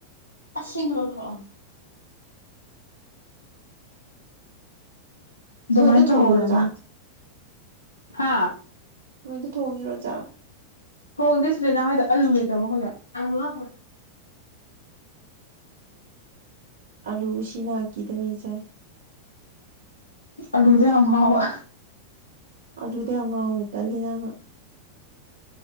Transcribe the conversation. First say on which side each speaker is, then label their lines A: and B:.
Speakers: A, on the left; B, on the right.
A: ꯑꯁꯤꯅꯣ ꯂꯥꯛꯑꯣ ꯑꯗꯨꯃꯥꯏ
B: ꯅꯣꯏꯗ
A: ꯊꯧꯍꯧꯋꯤ
B: ꯊꯣꯡꯉꯤꯔꯣ
A: ꯑꯃ
B: ꯆꯥꯛ
A: ꯍꯥ
B: ꯅꯣꯏꯗ ꯊꯣꯡꯉꯤꯔꯣ ꯆꯥꯛ
A: ꯊꯣꯡꯗꯦ ꯁꯤꯗꯅꯥ ꯍꯣꯏꯗ ꯑꯥꯂꯨ ꯂꯩꯇ꯭ꯔꯕꯣ ꯍꯧꯖꯤꯛ ꯑꯂꯨ ꯍꯥ
B: ꯑꯥꯂꯨꯕꯨ ꯁꯤꯅ ꯀꯤꯗꯉꯩ ꯆꯥꯏ
A: ꯑꯂꯨꯗ ꯌꯥꯝ ꯉꯥꯎꯕ
B: ꯑꯂꯨꯗ ꯌꯥꯝ ꯉꯥꯎꯋꯤ ꯇꯜꯂꯦ ꯅꯪꯪꯪꯅ